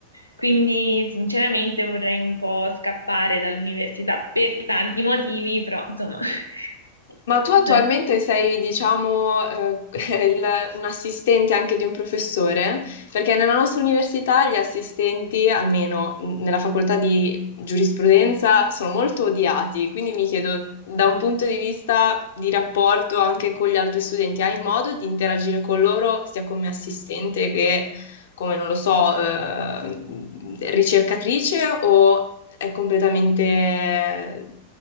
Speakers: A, on the right (about 90°); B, on the left (about 60°).
A: Quindi sinceramente vorrei un po' scappare dall'università per tanti motivi, però insomma... <laughs>
B: Ma tu attualmente sei, diciamo, eh, <laughs> il- un assistente anche di un professore? Perché nella nostra università gli assistenti, almeno nella facoltà di giurisprudenza, sono molto odiati. Quindi mi chiedo, da un punto di vista di rapporto anche con gli altri studenti, hai modo di interagire con loro sia come assistente che come, non lo so, eh, ricercatrice o è completamente eh,